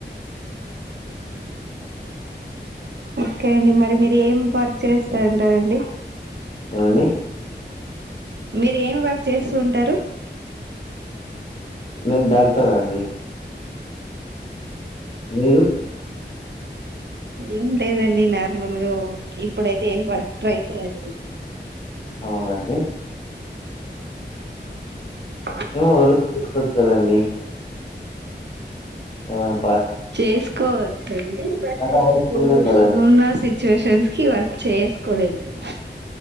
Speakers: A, on the right; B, on the left.
A: ఓకే అండి మరి మీరు ఏం వర్క్ చేస్తంటారండి
B: ఏమండీ
A: మీరు ఏమి వర్క్ చేస్తూ ఉంటారు
B: నేను డాక్టర్ అండి మీరు
A: ఏం లేదండి, నార్మల్గా ఒకే ఇప్పుడైతే ఏం వర్క్ ట్రై చేయట్లేదు
B: అవునాండి
A: ఆ
B: ఏమో ఎవరో తీసుకోవచ్చు కదండి ఏమైన్
A: చేసుకోవచ్చండి, బట్
B: చాలా వర్క్
A: ఇప్పుడు
B: ఉంది కదండీ.
A: నేను ఉన్న సిచ్యువేషన్స్ కి వర్క్ చేసుకోలేనండి.